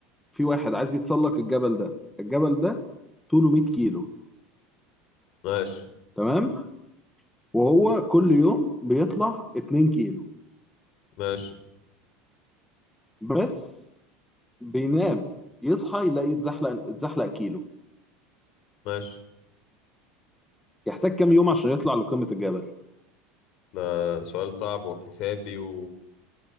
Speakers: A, in the centre; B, on the left.
A: في واحد عايز يتسلق الجبل ده الجبل ده طوله 100 كيلو
B: ماشي
A: تمام وهو كل يوم بيطلع 2 كيلو
B: ماشي
A: بس بينام يصحى يلاقي اتزحلق اتزحلق كيلو
B: ماشي
A: يحتاج كام يوم عشان يطلع لقمة الجبل
B: ده سؤال صعب وحسابي و